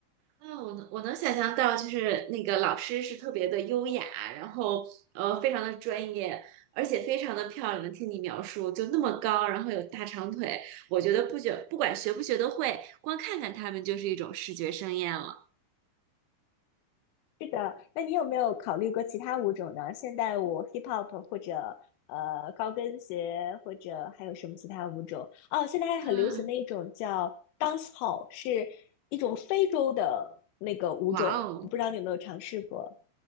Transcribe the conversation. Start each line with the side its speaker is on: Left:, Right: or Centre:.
Right: 嗯，我能我能想象到，就是那个老师是特别的优雅，然后呃非常的专业，而且非常的漂亮。听你描述，就那么高，然后有大长腿，我觉得不觉不管学不学得会，光看看他们就是一种视觉盛宴了。
Left: 是的，那你有没有考虑过其他舞种呢？现代舞、hip hop 或者呃高跟鞋，或者还有什么其他舞种？哦，现在还很流行的一种叫
Right: 嗯，
Left: dance hall，是一种非洲的那个舞种，
Right: 哇哦，
Left: 我不知道你有没有尝试过。